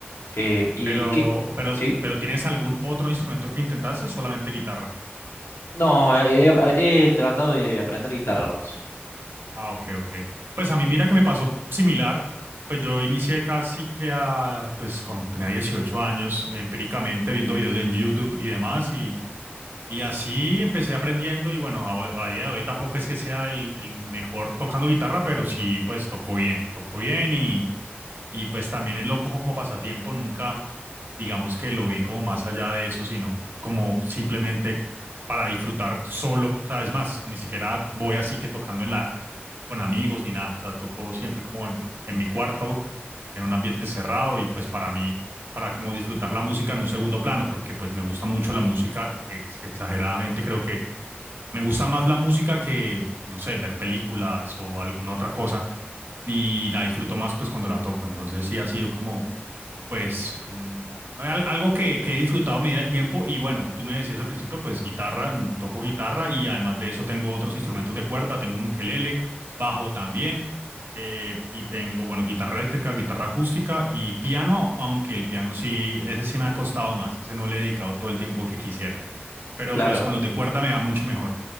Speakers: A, on the left; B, on the right.
A: Em, ¿y
B: pero,
A: qué?
B: pero,
A: ¿Sí?
B: pero ¿tienes algún otro instrumento que intentaste? o Solamente guitarra.
A: No, he, he tratado de aprender guitarra nomás.
B: Ah, ok, ok. Pues a mí mira que me pasó similar. Pues yo inicié casi que a, pues con, tenía 18 años, empíricamente viendo videos en YouTube y demás, y, y así empecé aprendiendo y bueno, a, a día de hoy tampoco es que sea el, el mejor tocando guitarra, pero sí, pues tocó bien, tocó bien y y pues también él lo cojo como pasatiempo, nunca digamos que lo vi como más allá de eso, sino como simplemente para disfrutar solo. O sea, es más, ni siquiera voy así que tocando en la, con amigos ni nada. O sea, toco siempre como en, en mi cuarto, en un ambiente cerrado y pues para mí, para como disfrutar la música en un segundo plano, porque pues me gusta mucho la música, ex- exageradamente creo que me gusta más la música que, no sé, ver películas o alguna otra cosa y la disfruto más pues cuando la toco. Entonces sí ha sido como pues un, al- algo que, que he disfrutado a medida del tiempo y bueno, tú me decías al principio pues guitarra, mm, toco guitarra y además de eso tengo otros instrumentos de cuerda, tengo un ukelele, bajo también eh, y tengo bueno, guitarra eléctrica, guitarra acústica y piano, aunque el piano sí, ese sí me ha costado más, ese no le he dedicado todo el tiempo que quisiera, pero
A: Claro.
B: pues con los de cuerda me va mucho mejor.